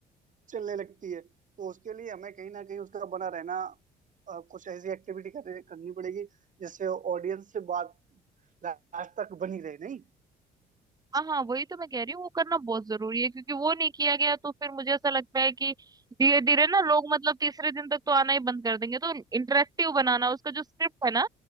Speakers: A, on the right; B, on the right.
A: चलने लगती है तो उसके लिए हमें कहीं ना कहीं उसका बना रहना अ, कुछ ऐसी एक्टिविटी कर, करनी पड़ेगी जिससे ऑडियंस से बात लास्ट तक बनी रहे नहीं
B: हाँ हाँ वही तो मैं कह रही हूँ वो करना बहुत जरूरी है क्योंकि वो नहीं किया गया तो फिर मुझे ऐसा लगता है कि धीरे धीरे ना लोग मतलब तीसरे दिन तक तो आना ही बंद कर देंगे तो इंटरेक्टिव बनाना उसका जो स्क्रिप्ट है ना